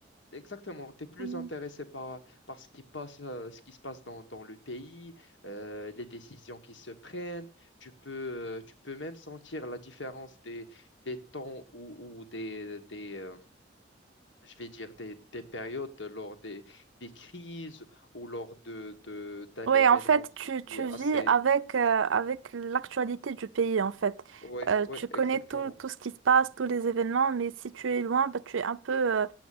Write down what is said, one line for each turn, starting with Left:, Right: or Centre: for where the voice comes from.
Left: Exactement, tu es plus
Right: Mhm.
Left: intéressé par, par ce qui passe, euh, ce qui se passe dans, dans le pays, euh, les décisions qui se prennent. Tu peux, euh, tu peux même sentir la différence des, des temps ou, ou des, des, euh, je vais dire, des, des périodes lors des, des crises ou lors de, de, d'un
Right: Oui,
Left: événement
Right: en fait,
Left: qui,
Right: tu, tu
Left: qui est assez...
Right: vis avec, euh, avec l'actualité du pays, en fait.
Left: Oui,
Right: Euh,
Left: oui,
Right: tu connais
Left: exactement.
Right: tout, tout ce qui se passe, tous les événements, mais si tu es loin, bah, tu es un peu, euh,